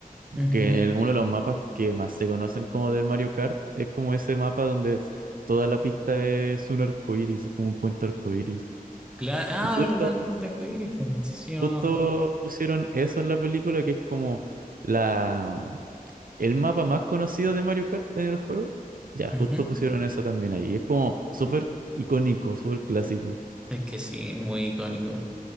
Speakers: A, in the centre; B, on the right (about 65°).
A: Ujú.
B: que el- uno de los mapas que más se conocen como del Mario Kart es como ese mapa donde es- toda la pista es un arcoíris, es como un puente arcoíris.
A: Claro, ah,
B: Y justo,
A: verdad, el puente arcoíris, pues, así se
B: justo
A: llamaba.
B: pusieron eso en la película que es como la el mapa más conocido de Mario Kart en el juego. Ya,
A: Ujú.
B: justo pusieron eso también ahí. Y es como súper icónico, súper clásico.
A: Es que sí, es muy icónico.